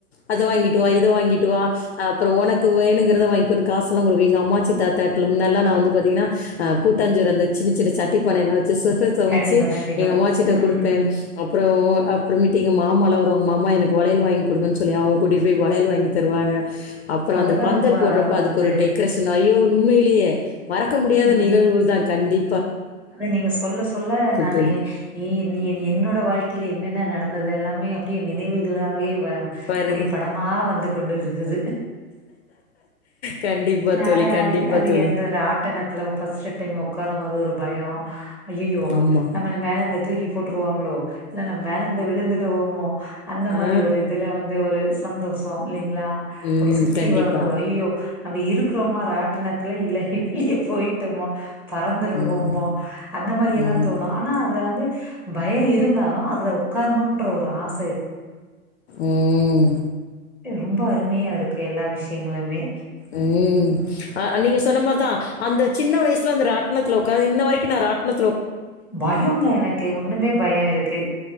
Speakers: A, on the left (about 50°); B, in the centre.
A: அத வாங்கி ட்டு வா இத வாங்கிட்டு வா அப்றோ உனக்கு வேணுங்க அத வாங்கோனு காசெல்லா குடுங்க எங்க அமாச்சி தாத்தா முன்னல்ல நா வந்து பாத்தீங்னா கூட்டாஞ் சோறு அந்த சின்ன சின்ன சட்டி பானையல வச்சு சோறு சமைச்சு
B: கண்டிப்பா கண்டிப்பா.
A: எங்க அம்மாச்சிட்ட
B: ம்
A: குடுப்பே அப் அப்றோ அப்றமேட்டு எங்க மாமாலா வருவாங் மாமா எனக்கு வளையல் வாங்கி குடுங்கன்னு சொல்லி அவங் கூட்டிட்டு போய் வளையல் வாங்கி தருவாங்க அப்றோ
B: அதெல்லாம்
A: அந்த பந்தல்
B: ரொம்ப
A: போடுறப்ப அதுக்கு
B: வந்து
A: ஒரு டெக்ரேஷன் னா ஐயோ உண்மை லியே மறக்க முடியாத
B: ம்
A: நிகழ்வு தா கண்டி
B: அத நீங்க சொல்ல சொல்ல நானே
A: தோழி
B: எ எண்ணி எண்ணி என்னோட வாழ்க்கைலே என்ன நடந்தது எல்லாமே அப்டியே நினைவுகளா வே வா
A: வருது
B: அப்டியே படமா வந்து கொண்டு இருக்குது
A: கண்டிப்பா
B: நானே
A: தோழி கண்டிப்பா
B: ஆடி அது
A: தோழி
B: எந்த ராட்டணத்துல ஃபர்ஸ்ட் டைம் உட்காரு போது ஒரு ஆ ஐ ஐயோங்க
A: ஆமா
B: நம்மள மேல அந்த தூக்கி போட்டு வாங்களோ இல்ல மேல விழுந்துடுவோமோ. அந்த மாரி
A: ஆ
B: ஒரு இதுல வந்து ஒரு சந்தோஷம் இல்லைங்க. லா
A: ம்
B: அப்படி சுத்தி
A: கண்டிப்பா
B: வரும்போது ஐ ஐயோ நம்ம இருக்கிறோமா. ராட்டனத்துல இல்ல வெளியே போயிட்டோமா. பறந்துடுவோம்.
A: ம்
B: அந்த மாரி எல்லாம்
A: ம்
B: தோணும். ஆனா அதுல வந்து பயம் இருந்தாலும் அதுல உட்காரணுன்ற ஒரு ஆசை
A: உம்
B: ரொம்ப அருமையா இருக்கு எல்லா விஷயம். எங்களமே
A: உம் அஹ் நீங்க சொன்னமாத. அந்த சின்ன வயசுல அந்தராட்டணத்துல உ இன்ன வரைக்கும் நான் ராட்த்துல
B: பயங்க எனக்கு ஒண்ணுமே பயம் இருக்கு.